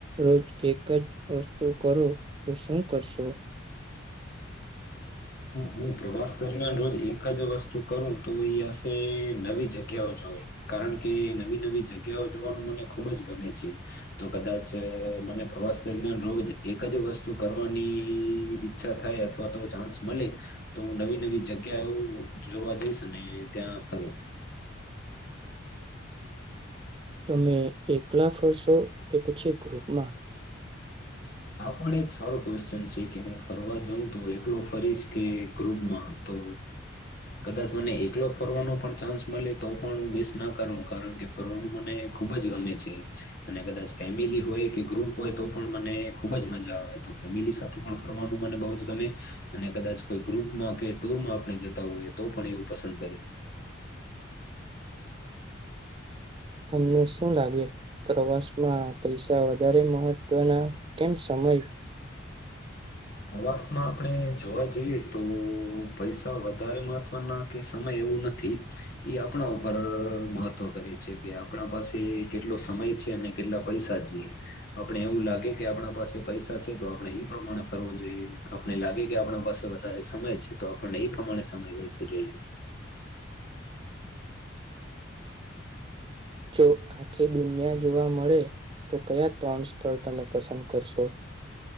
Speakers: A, on the right; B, on the left.
A: રોજ એક જ વસ્તુ કરો તો શું કરશો
B: હું પ્રવાસ દરમિયાન રોજ એક જ વસ્તુ કરું તો એયાશે નવી જગ્યાઓ જોઈ કારણ કે નવી નવી જગ્યાઓ જોવાનું મને ખુબ જ ગમે છે તો કદાચ મને પ્રવાસ દરમિયાન રોજ એક જ વસ્તુ કરવાની ઈચ્છા થાય અથવા તો ચાન્સ મળે તો હ નવી નવી જગ્યા જોવા જઈશ અને ત્યાં ફરીશ
A: તમે એકલા ફરશો કે પછી ગ્રુપમાં
B: આ પણ એક સારો ક્વેશ્ચન છે કે હું ફરવા જાઉં તો એકલો ફરીશ કે ગ્રુપમાં તો કદાચ મને એકલો ફરવાનો પણ ચાન્સ મળે તો પણ હું વિસ ના કરું કારણ કે ફરવાનું મને ખુબ જ ગમે છે અને કદાચ ફેમિલી હોય કે ગ્રુપ હોય તો પણ મને ખુબ જ મજા આવે તો ફેમિલી સાથે પણ ફરનું મને બહુ જ ગમે અને કદાચ કોઈ ગ્રુપમાં કે ટુરમાં આપણે જતા હોઈએ તો પણ એવું પસંદ કરીશ
A: તમને શું લાગે પ્રવાસમાં પૈસા વધારે મહત્વના કેમ સમય
B: ઉપવાસ માં આપણે જોવા જઈએ તો પૈસા વધારે મહત્વના કે સમય એવું નથી એ આપણા ઉપર મહત્વ કરે છે કે આપણા પાસે કેટલો સમય છે અને કેટલા પૈસા છેીએ આપણે એવું લાગે કે આપણા પાસે પૈસા છે તો આપણે એ પ્રમાણે ફવું જોઈએ આપણે લાગે કે આપણા પાસે વધારે સમય છે તો આપણને એ પ્રમાણે સમય લડવો જોઈએ
A: જો આખી દુનિયા જોવા મળે તો કયા ત્રણ સ્થળ તમે પસંદ કરશો